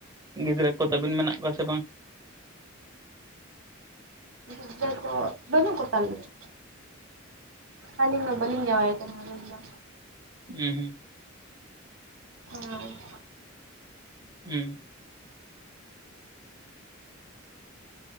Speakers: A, on the right (about 20°); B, on the right (about 80°).
A: ᱜᱤᱫᱽᱨᱟᱹ ᱠᱚ ᱛᱟᱹᱵᱤᱱ ᱢᱮᱱᱟᱜ ᱠᱚᱣᱟ ᱥᱮ ᱵᱟᱝ?
B: ᱜᱤᱫᱽᱨᱟᱹ ᱠᱚ ᱵᱟᱹᱱᱩᱜ ᱠᱚ ᱛᱟᱞᱤᱧᱟ᱾ ᱟᱞᱤᱧ ᱢᱟ ᱵᱟᱹᱞᱤᱧ ᱡᱟᱶᱟᱭ ᱠᱟᱱᱟ ᱟᱞᱤᱧ ᱫᱚ᱾
A: ᱦᱩᱸ ᱦᱩᱸ
B: ᱚᱸ
A: ᱦᱩᱸ